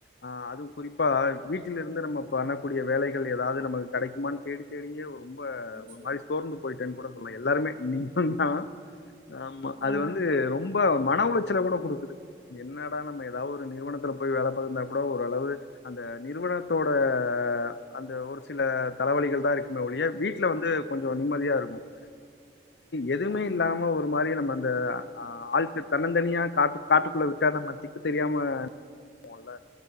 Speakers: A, on the left (about 70°); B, on the right (about 45°).
A: ஆ அதும் குறிப்பா வீட்டில் இருந்து நம்ம பண்ணக்கூடிய வேலைகள் எதாவ்து நமக்கு கெடைக்குமான் தேடி தேடியே ஒரு ரொம்ப
B: நிச்சயமா
A: ஒரு மாரி சோர்ந்து போயிட்டேன் கூட சொல்லலா எல்லாருமே நீங்களு தா ஆமா அது
B: ம்
A: வந்து ரொம்ப மன உளைச்சல கூட குடுக்குது என்னடா நம்ம எதாவ்து ஒரு நிறுவனத்துல போய் வேல பாத்திருந்தா கூட ஓரளவு அந்த நிறுவனத்தோட அந்த ஒரு சில தலவலிகள் தா இருக்குமே ஒழிய வீட்ல வந்து கொஞ்சொ நிம்மதியா இருக்கூ <inaudible> எதுவுமே
B: ம்
A: இல்லாம ஒரு மாரி நம்ம அந்த ஆ ஆளுக்கு தன்னந் தனியா காட்டுக் காட்டுக்குள்ள விட்டா நம்ம திக்கு தெரியாம போல